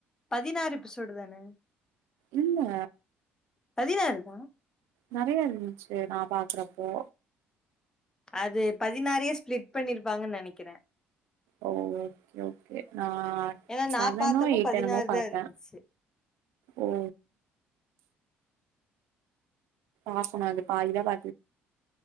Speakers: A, on the left; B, on the right.
A: பதினாறு எபிசொடு தானெ
B: இல்ல
A: பதினாறு தா
B: நறைய இருன்ச்சே நா பாக்குறப்போ
A: அது பதினாறையே ஸ்பிளிட் பண்ணிருப்பாங்கன் நனக்கிறே
B: ஓ ஓகே ஓகே நா
A: ஏன்னா
B: செவனோ
A: நா பாத்தப்போ
B: எயிட்டெனமோ
A: பதினாறு
B: பாத்தே
A: தா இருந்துச்சு
B: ஓ பாக்கணு அது பாதிதா பா